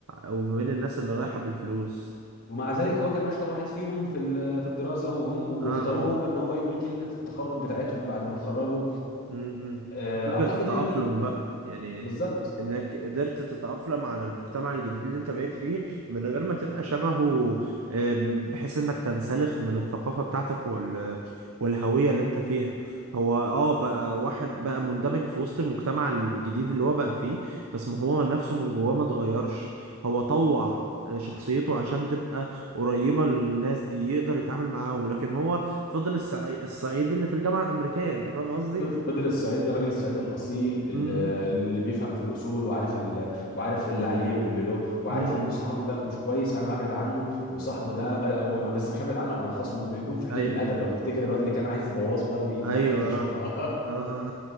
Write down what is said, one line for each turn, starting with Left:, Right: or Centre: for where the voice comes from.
Right: وما بين الناس اللي رايحة بالفلوس
Left: ومع ذلك هو كان اشطر واحد فيهم في ال- في الدراسه وهم واختاروه
Right: اه اه
Left: هو ان هو يقول كلمه التخرج بتاعتهم بعد ما اتخرجوا
Right: امم
Left: آه،
Right: فكرة
Left: اعتقد
Right: التأقلم
Left: يعني
Right: بقى يعني
Left: بالظبط
Right: انك قدرت تتأقلم على المجتمع الجديد اللي انت بقيت فيه من غير ما تبقى شبهه آم، بحيث انك تنسلخ من الثقافة بتاعتك وال... والهوية اللي انت فيها هو اه بقى واحد بقى مندمج في وسط المجتمع الجديد اللي هو بقى فيه بس ما هو نفسه من جواه ما اتغيرش هو طوع آه، شخصيته عشان تبقى قريبة للناس دي يقدر يتعامل معاهم لكن هو فضل الصعي... الصعيد اللي في الجامعة الأمريكية انت فاهم قصدي
Left: فضل الصعيدي الراجل الصعيدي الاصيل اللي,
Right: امم
Left: اللي بيفهم في الاصول وعارف ال... وعارف اللي عليه واللي له وعارف
Right: امم
Left: ان صاحبه ده مش كويس فانا هبعد عنه وصاحبه ده ب... هو ما- بس مش هبعد عنه انا خصمه بيكون في حدود
Right: ايوه
Left: الادب لو تفتكر الواد اللي كان عايز يبوظه ده ويديله
Right: ايوه
Left: حاجات يشربها
Right: آه. آه.